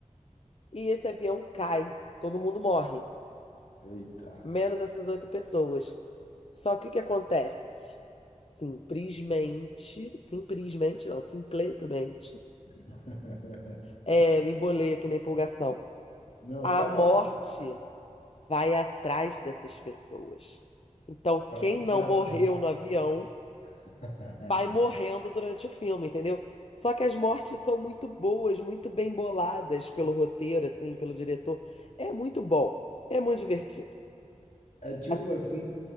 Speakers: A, on the left; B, on the left.
A: E esse avião cai, todo mundo morre.
B: Eita.
A: menos essas oito pessoas. Só que o que acontece? Simplesmente, simplesmente não, simplesmente,
B: <laughs>
A: é, me embolei aqui na empolgação.
B: Não,
A: A
B: fica à
A: morte
B: vontade.
A: vai atrás dessas pessoas. Então,
B: Pra
A: quem
B: fechar
A: não morreu
B: a conta.
A: no avião
B: <laughs>
A: vai morrendo durante o filme, entendeu? Só que as mortes são muito boas, muito bem boladas pelo roteiro, assim, pelo diretor. É muito bom, é muito divertido.
B: É tipo
A: Assim,
B: assim,